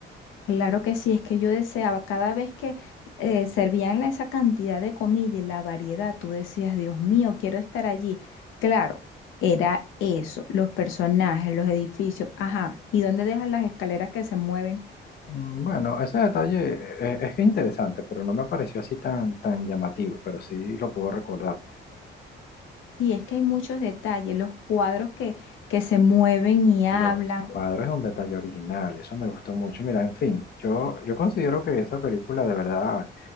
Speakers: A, on the left; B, on the left.
A: Claro que sí, es que yo deseaba cada vez que eh, servían la- esa cantidad de comida y la variedad, tú decías, Dios mío, quiero estar allí. Claro, era eso, los personajes, los edificios, ajá, ¿y dónde dejan las escaleras que se mueven?
B: Mm, Bueno, ese detalle eh, es, que es interesante, pero no me pareció así tan, tan llamativo, pero sí lo puedo recordar.
A: Y es que hay muchos detalles, los cuadros que, que se mueven y hablan,
B: Los cuadros es un detalle original, eso me gustó mucho. Mira, en fin, yo, yo considero que esa película de verdad